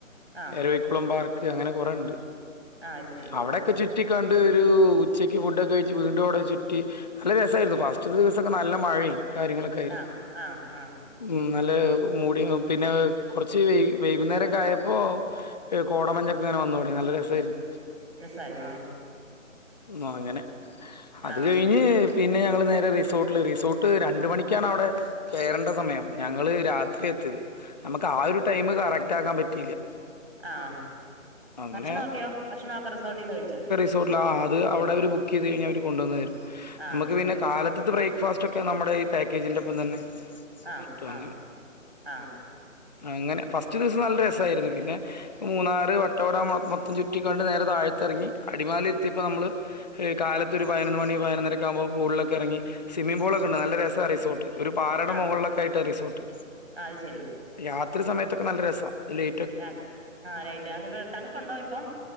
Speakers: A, on the right; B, in the centre.
A: ആ
B: എരവിക്കുളം പാർക്ക് അങ്ങനെ കൊറേണ്ട്
A: ആ ശരി
B: അവിടൊക്കെ
A: ആ
B: ചു ചുറ്റി കണ്ട് ഒരു ഉച്ചയ്ക്ക് ഫുഡൊക്കെ കഴിച്ച് വീണ്ടും അവിടെ ചുറ്റി നല്ല രസായിരുന്നു ഫസ്റ്റ്ത്തെ ദിവസൊക്കെ നല്ല മഴിം കാര്യങ്ങളൊക്കെ ആയിരുന്നു
A: ആ ആ ആ
B: ഉം നല്ല മൂടിങ്ങും പിന്നെ കൊറച്ച് വൈ വൈകുന്നേരൊക്കായ ഇപ്പൊ കോടമഞ്ഞൊക്കെ ഇങ്ങനെ വന്നൊടങ്ങി നല്ല രസായിരുന്നു
A: രസായിരുന്നോ
B: ആഹ് അങ്ങനെ അത്
A: ആ
B: കഴിഞ്ഞ് പിന്നെ ഞങ്ങള് നേരെ റിസോർട്ടിൽ റിസോർട്ട് രണ്ട് മണിക്കാണ് അവിടെ കേറണ്ട സമയം ഞങ്ങള് രാത്രിയാ എത്തിയത് നമക്ക് ആ ഒരു ടൈമ് കറക്റ്റ് ആക്കാൻ പറ്റിയില്ല
A: ആഹ്
B: അങ്ങനെ
A: ഭക്ഷണ ഒക്കെയോ ഭക്ഷണൊക്കെ റിസോർട്ടീന്ന് കഴിച്ചോ
B: റിസോട്ടില് ആ അത് അവിടെ അവര് ബുക്ക് ചെയ്ത് കഴിഞ്ഞാൽ അവര് കൊണ്ടന്ന് തരും
A: ആ
B: നമക്ക്
A: അത് ശരി
B: പിന്നെ കാല്ത്ത്ത്തെ ബ്രേക്ക്ഫാ റ്റൊക്കെ നമ്മടെ ഈ പാക്കേജിന്റെ ഒപ്പം തന്നെ
A: ആ
B: കിട്ടും
A: ആ
B: അങ്ങനെ
A: ആ
B: അങ്ങനെ ഫസ്റ്റ് ദിവസം നല്ല രസായിരുന്നു പിന്നെ മൂന്നാറ് വട്ടവട മൊത്തം ചുറ്റി കണ്ട് നേരെ താഴത്തെറങ്ങി അടിമാലി എത്തിയപ്പം നമ്മള് കാലത്ത് ഒരു പതിനൊന്ന് മണി പതിനൊരൊക്കെ ആകുമ്പം പൂൾളൊക്കെ എറങ്ങി സ്വിമ്മിംഗ് പൂളൊക്കെ ഇണ്ട് നല്ല രസാ ആ റിസോർട്ട് ഒരു പാറയുടെ
A: ആ
B: മൊകൾളൊക്കെ ആയിട്ടാ റിസോർട്ട്
A: അത് ശരി
B: രാത്രി സമയത്തൊക്കെ നല്ല രസാ ലൈ
A: അതെ ആ ലൈറ്റ് അതുപോലെ തണുപ്പുണ്ടോ ഇപ്പം